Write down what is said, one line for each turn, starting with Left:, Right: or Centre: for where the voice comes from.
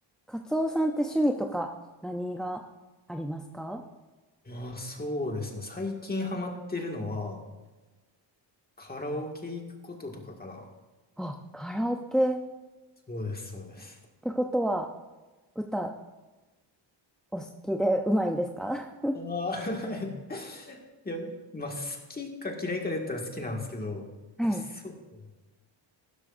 Centre: カツオさんって趣味とか何がありますか
Left: まあ、そうですね。最近ハマってるのは、カラオケ行くこととかかな。
Centre: あ、カラオケっ
Left: そうです、そうです。
Centre: てことは歌お好きでうまいんですか <laughs>
Left: ああ、<laughs> いや、まあ、好きか嫌いかで言ったら好きなんですけど、
Centre: はい。
Left: そうですね。